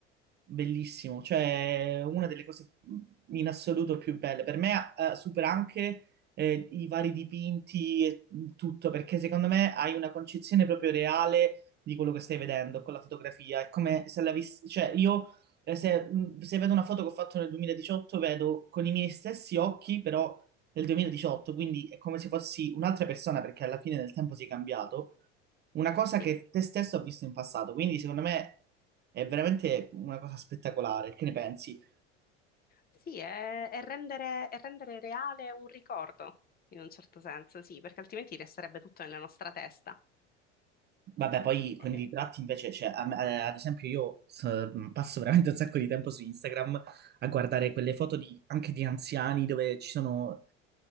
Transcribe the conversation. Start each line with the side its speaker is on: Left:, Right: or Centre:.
Right: Bellissimo, cioè una delle cose in assoluto più belle. Per me eh, supera anche eh, i vari dipinti e tutto, perché secondo me hai una concezione proprio reale di quello che stai vedendo con la fotografia. È come se l'avessi, cioè io eh, se, mh, se vedo una foto che ho fatto nel 2018, vedo con i miei stessi occhi, però nel 2018, quindi è come se fossi un'altra persona, perché alla fine del tempo sei cambiato una cosa
Left: Sì,
Right: che te stesso ha visto in passato, quindi secondo me è veramente una cosa spettacolare. Che ne pensi?
Left: Sì, è, è rendere, è rendere reale un ricordo, in un certo senso, sì, perché altrimenti resterebbe tutto nella nostra testa.
Right: Vabbè, poi con
Left: Eh,
Right: i ritratti invece, cioè, a me- eh, ad esempio io s- passo veramente un sacco di tempo su Instagram a guardare quelle foto di- anche di anziani dove ci sono,